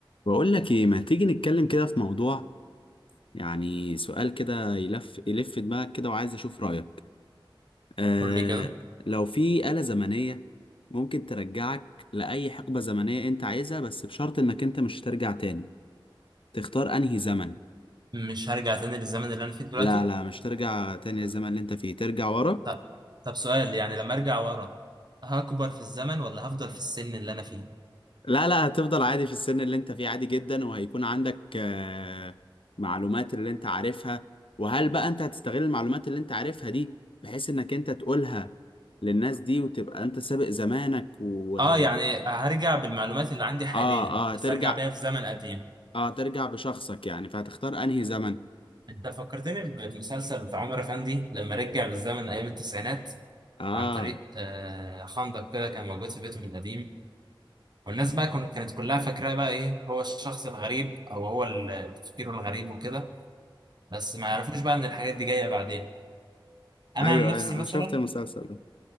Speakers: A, on the left; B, on the right.
A: بقول لك ايه ما تيجي نتكلم كده في موضوع يعني سؤال كده يلف يلف دماغك كده وعايز اشوف رأيك آه
B: قول لي كده
A: لو في آلة زمنية ممكن ترجعك لأي حقبة زمنية انت عايزها بس بشرط انك انت مش ترجع تاني تختار انهي زمن
B: مش هرجع تاني للزمن اللي انا فيه دلوقتي
A: لا لا مش ترجع تاني للزمن اللي انت فيه ترجع ورا
B: طب طب سؤال يعني لما ارجع ورا هكبر في الزمن ولا هفضل في السن اللي انا فيه
A: لا لا هتفضل عادي في السن اللي انت فيه عادي جدا وهيكون عندك آه، معلومات اللي انت عارفها وهل بقى انت هتستغل المعلومات اللي انت عارفها دي بحيث انك انت تقولها للناس دي وتبقى انت سابق زمانك و اه
B: اه يعني هرجع بالمعلومات اللي عندي حاليا
A: اه
B: بس
A: ترجع
B: ارجع بيها في زمن قديم
A: اه ترجع بشخصك يعني فهتختار انهي زمن
B: انت فكرتني بالمسلسل بتاع عمر افندي لما رجع بالزمن ايام التسعينات
A: اه
B: عن طريق آه خندق كده كان موجود في بيته القديم والناس بقى كن- كانت كلها فاكراه بقى ايه هو الشخص الغريب او هو ال- تفكيره الغريب وكده بس ما يعرفوش بقى ان الحاجات دي جايه بعدين انا
A: ايوه
B: عن نفسي
A: ايوه
B: مثلا
A: انا شفت المسلسل ده